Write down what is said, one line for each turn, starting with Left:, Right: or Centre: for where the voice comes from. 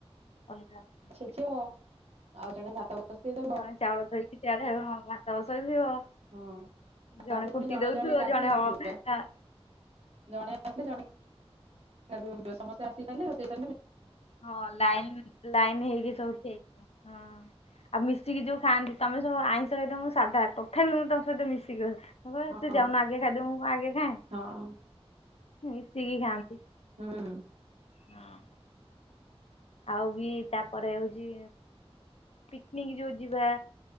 Left: ଅଲଗା ଅଲଗା।
Right: କୁହ ଆଉ ଜଣେ ଭାତ ବସେଇଦବ
Left: ଜଣେ ଚାଉଳ ଧୋଇକି ସିଆଡ ହେବେ ମୁଁ ଭାତ ବସେଇ ବି ଆଉ।
Right: ହଁ ତାପରେ
Left: ଜଣେ
Right: ପୁଣି
Left: କୁଟି ଦଉଥୁବ
Right: ଗାଧେଇବାକୁ
Left: ଜଣେ ଅ
Right: ଯିବା
Left: ନା
Right: ଜଣେ ଆସିଲେ ଜଣେ ସମସ୍ତେ ଆସିଗଲେ ରୋଷେଇ ସଇଲେ ଜିବୁ।
Left: ହଁ ଲାଇନ୍ ଲାଇନ୍ ହେଇକି ସବୁଠି ଏକ ହଁ। ହଁ ଆଉ ମିଶିକି ଯୋଉ ଖାଆନ୍ତି ତମେ ସବୁ ଆଇଁଷ ଖାଇଦଅ ମୁଁ ସାଧା ତଥାପି ମୁଁ ତମ ସହିତ ମିଶିକି ଅଛି।
Right: ହଁ
Left: ତୁ ଯାଉନୁ ଆଗେ ଖାଇଦବୁ ମୁଁ ଆଗେ ଖାଏ
Right: ହଁ
Left: ମିଶିକି ଖାଆନ୍ତି।
Right: ହୁଁ।
Left: ହଁ। ଆଉ ବି ତାପରେ ହଉଛି ପିକନିକ ଯୋଉ ଯିବା।